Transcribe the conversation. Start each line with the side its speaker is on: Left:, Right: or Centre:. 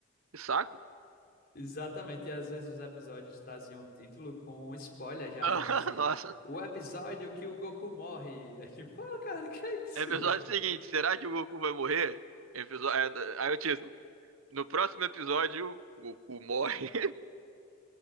Right: que saco. <laughs>
Left: Exatamente. E às vezes os episódios traziam o título com spoiler já,
Right: Ah,
Left: né? Tipo assim,
Right: Nossa.
Left: o episódio que o Goku morre. <laughs> É tipo, pô, cara, que é isso?
Right: Episódio seguinte, será que o Goku vai morrer? Episódio, aí o título. No próximo episódio, Goku morre.